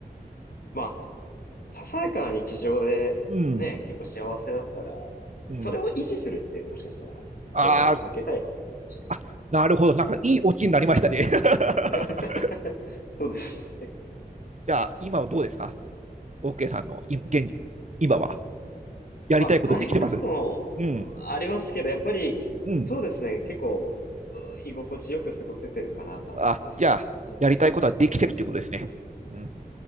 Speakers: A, on the left; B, on the right.
A: まあささやかな日常でね、
B: <laughs> うん、
A: 結構幸せだったら、
B: うん。
A: それを維持するっていうのもしかしたらずっとやり続けたいことなのかもし
B: あーあ、なるほど、なんかいいオチになりましたね。<laughs>
A: れない <laughs> そうですね。
B: じゃあ、今はどうですか ?OK さんの今現時今は。やりたいことできてます
A: まあ大変なことも
B: うん、
A: ありますけど、やっぱりそうですね、
B: うん。
A: 結構う居心地よく過ごせてるかなとは思いますね。
B: あ、じゃあ、
A: うん
B: やりたいことはできてるっていうことですね。うん、